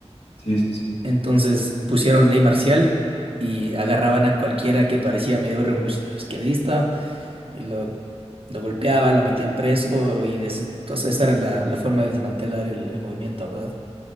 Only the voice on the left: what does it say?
Sí, sí, sí.